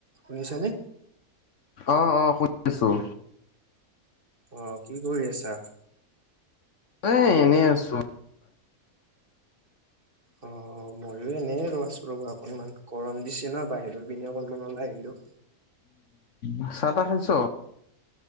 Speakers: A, on the right; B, on the left.
A: শুনিছানে
B: অ অ শুনি আছোঁ
A: অ কি কৰি আছা?
B: এই এনেই আছোঁ
A: অ মইয়ো এনেই ৰ আছো ৰ'বা অকণমান গৰম দিছে ন বাহিৰৰ পিনে অকনমান ওলাই আহিলো
B: উ চাহ তাহ খাইছ?